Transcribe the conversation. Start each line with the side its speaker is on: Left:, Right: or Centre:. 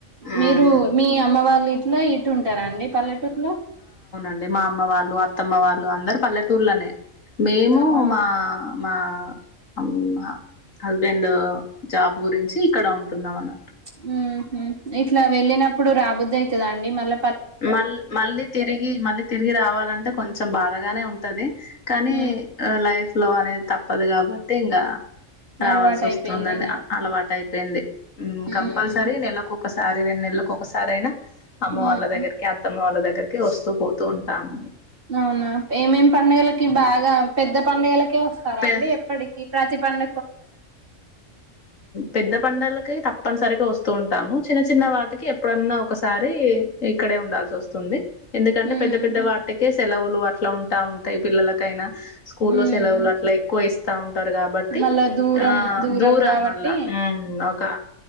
Left: ఉమ్
Right: మీరు మీ అమ్మ వాళ్లు నై చట్టుంటారా అండి పల్లెటూరులో
Left: అండి మా అమ్మ వాళ్ళు అత్తమ్మ వాళ్ళు అందరు పల్లెటూర్లోనే మేము
Right: ఆహా
Left: మా మా హుమ్మ్ అ హస్బెండ్ జాబ్ గురించి ఇక్కడ ఉంటున్నాం అన
Right: హుమ్మ్ హుమ్మ్ ఇట్లా వెళ్ళినప్పుడు రాబుద్దు అయి తది అండి మళ్ళ
Left: మల్ మళ్ళీ తిరిగి మళ్ళీ తిరిగి రావాలంటే కొంచెం బాధగానే ఉంటది కానీ
Right: మ్మ్
Left: ఆహ్ లైఫ్ లో అనేది తప్పు తప్పదు కాబట్టి ఇంగా రావాల్సిఒస్తుంది
Right: అలవాటు అయిపోయింది
Left: అండి
Right: ఇంగ
Left: అలవాటు అయిపోయింది హుమ్మ్
Right: మ్మ్
Left: కంపల్సరీ నెలకుకోకా ఒకసారి రెన్నెళ్లకి ఒకసారి అయినా అమ్మవాళ్లద్గ
Right: మ్మ్
Left: అత్తమ్మ వాళ్ళ దగ్గరకి వస్తూ పోతూ ఉంటాము.
Right: అవునా ఏమేం పండగలకి బాగా పెద్ద పండుగలకి వ స్తారా
Left: పే
Right: అండి ఎప్పటికీ ప్రాతి పండ
Left: పెద్ద పండలకి తప్ప తప్పనిసరిగా వస్తూ ఉంటాము చిన్న చిన్న వాటికి ఎప్పుడన్నా ఒకసారి ఇక్కడే ఉండాల్సి వస్తు వస్తుంది ఎందుకంటే
Right: మ్మ్
Left: పెద్ద పెద్ద వాటికి ే సెలవులు అట్లా ఉంటా ఉంటాయి పిల్లలకైనా స్కూల్లో
Right: ఉమ్
Left: సెలవులు అట్లా ఎక్కువ ఇస్తా ఉంటారు కాబట్టి
Right: మళ్ళా దూరం
Left: ఆ దూరం
Right: కాబట్టి
Left: మళ్ల్ళా ఉమ్ ఒక కా